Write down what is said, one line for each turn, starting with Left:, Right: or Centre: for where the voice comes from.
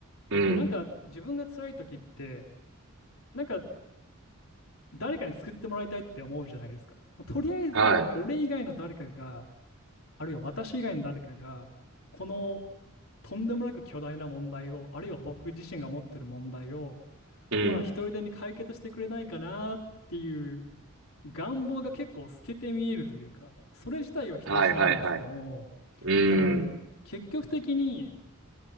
Right: うん。
Left: で、なんか自分が辛い時って、なんか誰かに救ってもらいたいって思うじゃないですか。まあとりあえず、
Right: は
Left: 俺以外の誰かが、あるいは私以外の誰かが、このとんでもなく巨大な問題を、あるいは僕自身が持ってる問題を、
Right: い。うん。
Left: まあ一人でに解決してくれないかなっていう願望が結構透けて見えるというか、それ自体を否定しないんですけども、
Right: はいはいはい。う
Left: ただ結局的に
Right: ん。